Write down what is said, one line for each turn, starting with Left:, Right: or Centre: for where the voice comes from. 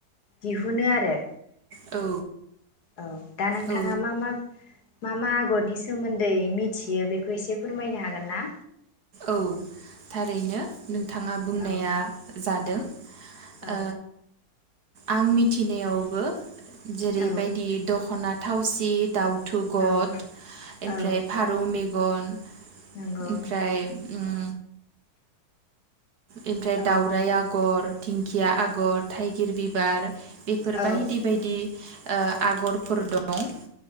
Left: दिहुनो आरो।
Right: औ
Left: औ दा नोंथाङा
Right: औ
Left: मा मा मा मा आगरनि सोमोन्दै मिथियो बेखौ एसे फोरमायनो हागोन ना?
Right: औ थारैनो नोंथाङा बुंनाया
Left: औ
Right: जादों।
Left: औ
Right: ओ आं मिथिनायावबो जेरैबायदि
Left: औ
Right: दख'ना थावसि दावथु गद
Left: औ
Right: ओमफ्राय
Left: औ
Right: फारौ मे गन
Left: नंगौ
Right: ओमफ्राय उम ओमफ्राय
Left: औ
Right: दावराइ आगर दिंखिया आगर थाइगिर बिबार बेफोर
Left: औ
Right: बायदि बायदि। ओ आगरफोर दं।